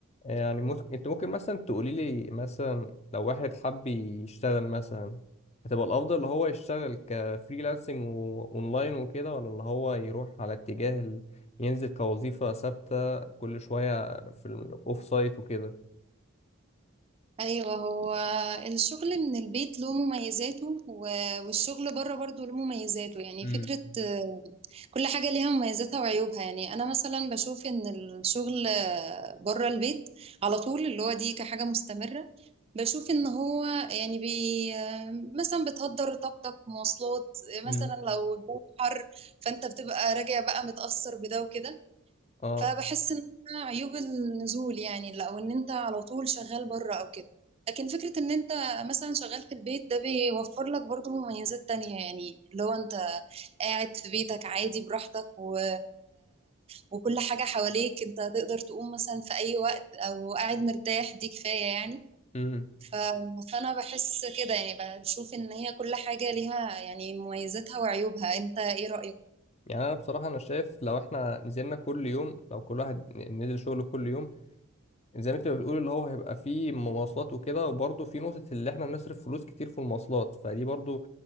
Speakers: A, on the left; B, on the right.
A: يعني ممكن انت ممكن مثلا تقولي لي مثلا لو واحد حب يشتغل مثلا هتبقى الافضل اللي هو يشتغل كفريلانسنج واونلاين وكده ولا اللي هو يروح على اتجاه ال- ينزل كوظيفة ثابتة كل شوية في الاوف سايت وكده
B: ايوه هو الشغل من البيت له مميزاته و- والشغل بره برضه له مميزاته يعني
A: امم
B: فكرة آه، كل حاجة ليها مميزاتها وعيوبها يعني انا مثلا بشوف ان الشغل آه، بره البيت على طول اللي هو دي كحاجة مستمرة بشوف ان هو يعني بي آه، مثلا بتهدر طاقتك مواصلات آه،
A: امم
B: مثلا لو الجو حر فانت بتبقى راجع بقى متأثر بده وكده
A: اه
B: فبحس ان ده عيوب النزول يعني لا وان انت على طول شغال بره او كده لكن فكرة ان انت مثلا شغال في البيت ده بيوفر لك برضو مميزات تانية يعني لو انت قاعد في بيتك عادي براحتك و... وكل حاجة حواليك انت تقدر تقوم مثلا في اي وقت او قاعد مرتاح دي كفاية يعني
A: امم
B: ف... فانا بحس كده يعني بشوف ان هي كل حاجة ليها يعني مميزاتها وعيوبها انت ايه رأيك؟
A: يعني انا بصراحة انا شايف لو احنا نزلنا كل يوم لو كل واحد نزل شغل كل يوم زي ما انت بتقول اللي هو هيبقى فيه مواصلات وكده وبرضه في نقطة اللي احنا بنصرف فلوس كتير في المواصلات فدي برضه